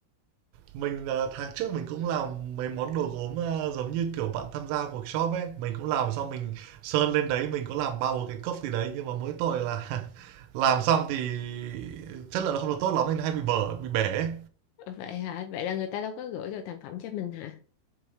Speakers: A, on the right (about 80°); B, on the left (about 80°).
A: Mình, ờ, tháng trước mình cũng làm mấy món đồ gốm, ơ, giống như, kiểu, bạn tham gia workshop ấy, mình cũng làm xong mình sơn lên đấy, mình có làm bao 4 cái cốc gì đấy, nhưng mà mỗi tội là <laughs> làm xong thì chất lượng nó không được tốt lắm nên hay bị bở, bị bể ấy.
B: vậy hả vậy là người ta đâu có gửi được thành phẩm cho mình hả